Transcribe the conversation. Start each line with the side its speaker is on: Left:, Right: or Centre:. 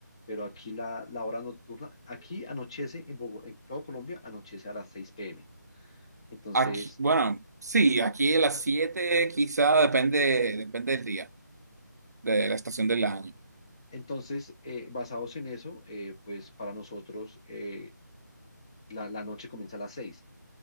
Left: pero aquí la, la hora nocturna, aquí anochece en Bogotá, en todo Colombia anochece a las 6 p.m. Entonces,
Right: Aquí, bueno, sí, aquí a las 7 quizá depende, depende del día, de la estación del año.
Left: Entonces, eh, basados en eso, eh, pues para nosotros eh, la, la noche comienza a las seis.